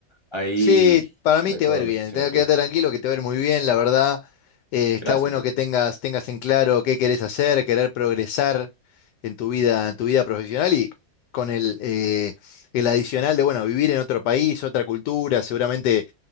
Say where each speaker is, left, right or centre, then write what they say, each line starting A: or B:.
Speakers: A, on the left; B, on the left.
A: ahí
B: Sí, para mí
A: mejora
B: te va a ir
A: la
B: bien.
A: situación
B: Tenga-
A: aquí.
B: Quédate tranquilo que te va a ir muy bien, la verdad. Eh, está
A: Gracias,
B: bueno
A: Nico.
B: que tengas, tengas en claro qué querés hacer, querer progresar en tu vida, en tu vida profesional y con el, eh, el adicional de, bueno, vivir en otro país, otra cultura, seguramente